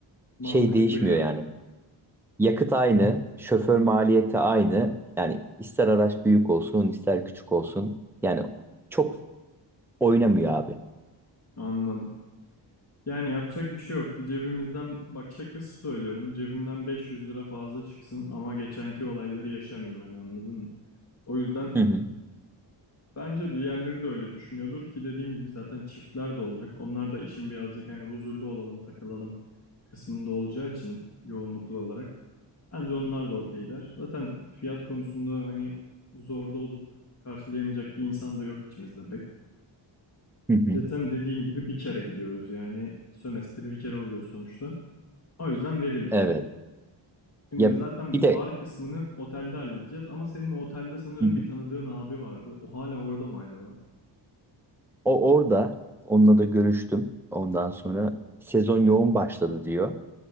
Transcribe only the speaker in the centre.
Şey değişmiyor
yani. Yakıt aynı, şoför maliyeti aynı. Yani ister araç büyük olsun, ister küçük olsun. Yani çok oynamıyor abi.
Hı hı.
Hı hı.
Evet.
Ya
bir de
Hı hı.
o orada onunla da görüştüm. Ondan sonra sezon yoğun başladı diyor.